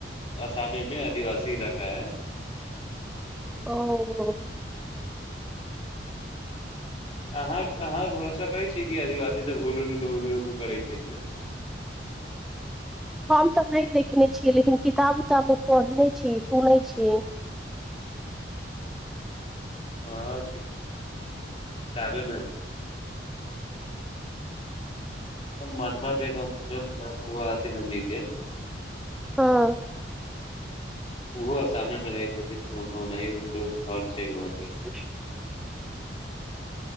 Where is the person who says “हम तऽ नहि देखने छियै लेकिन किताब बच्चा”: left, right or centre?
Centre